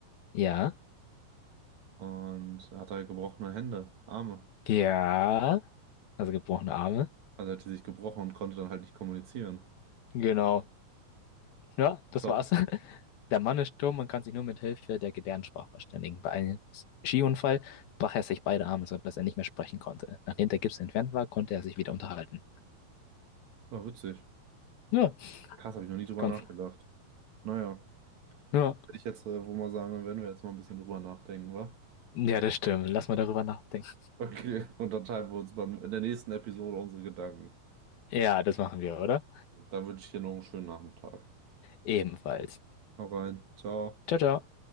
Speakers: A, on the left (about 80°); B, on the right (about 55°).
A: ja,
B: Und er hat halt gebrochene Hände, Arme.
A: ja. Also gebrochene Arme.
B: Also hat die sich gebrochen und konnte dann halt nicht kommunizieren.
A: Genau. Ja, das
B: Glaub,
A: war's. <laughs> Der Mann ist stumm und kann sich nur mit Hilfe der Gebärdensprache verständigen. Bei einem Skiunfall brach er sich beide Arme, sodass er nicht mehr sprechen konnte. Nachdem der Gips entfernt war, konnte er sich wieder unterhalten.
B: war witzig.
A: Ja,
B: Krass, habe ich noch nie drüber
A: ganz.
B: nachgedacht. Naja,
A: Ja.
B: würde ich jetzt äh, wohl mal sagen, dann werden wir jetzt mal ein bisschen drüber nachdenken, wa?
A: Ja, das stimmt. Lass mal darüber nachdenken.
B: Okay, <laughs> und dann teilen wir uns beim, in der nächsten Episode unsere Gedanken.
A: Ja, das machen wir, oder?
B: Da wünsche ich dir noch einen schönen Nachmittag.
A: Ebenfalls.
B: Hau rein, ciao.
A: Ciao, ciao.